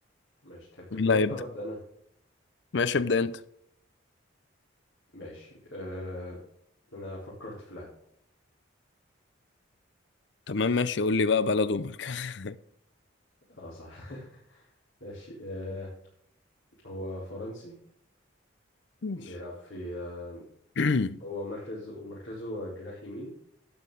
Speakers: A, on the left (about 90°); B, on the left (about 60°).
A: ماشي تحب تبدأ
B: مين اللي
A: انت
B: هيبدأ؟
A: ولا أبدأ انا
B: ماشي ابدأ انت
A: ماشي آه انا فكرت في لاعب
B: تمام ماشي قول لي بقى بلد ومركز
A: اه صح <laughs> ماشي آه هو فرنسي
B: <laughs> ماشي
A: بيلعب في آه،
B: <clears throat>
A: هو مركز ومركزه جناح يمين